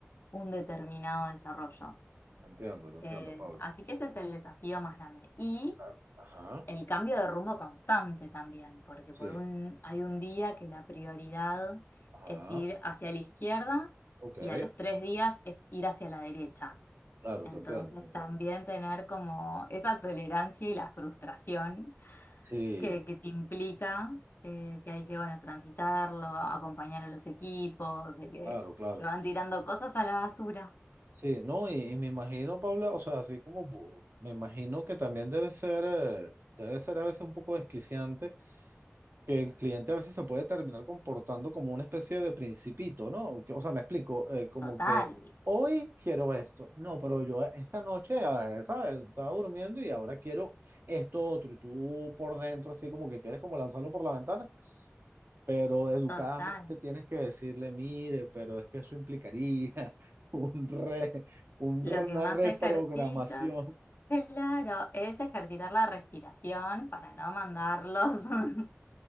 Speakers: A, on the left; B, on the right.
A: un determinado desarrollo.
B: entiendo, te entiendo,
A: Eh,
B: Pablo.
A: así que ese es el desafío más grande. Y
B: Claro. Ajá.
A: el cambio de rumbo constante también, porque
B: Sí.
A: por un, hay un día que la prioridad
B: Ajá.
A: es ir hacia la izquierda
B: Ok.
A: y a los tres días es ir hacia la derecha.
B: Claro,
A: Entonces
B: te entiendo, te entiendo.
A: también tener como esa tolerancia y la frustración
B: Sí,
A: que, que te implica eh, que hay que, bueno, transitarlo, acompañar a los equipos, de que
B: claro, claro.
A: se van tirando cosas a la basura.
B: Sí, no, y, y me imagino, Paula, o sea, así como bu- me imagino que también debe ser, eh, debe ser a veces un poco desquiciante. que el cliente a veces se puede terminar comportando como una especie de principito, ¿no? Que- O sea, me explico, eh, como
A: Total,
B: que hoy quiero esto, no, pero yo esta noche, eh, ¿sabes? Estaba durmiendo y ahora quiero esto otro, y tú por dentro así como que quieres como lanzarlo por la ventana, pero educadamente
A: total.
B: tienes que decirle, mire, pero es que eso implicaría <laughs> un re, un
A: Lo
B: re- una
A: que más
B: reprogramación.
A: ejercito, Claro, es ejercitar la respiración para no mandarlos <laughs>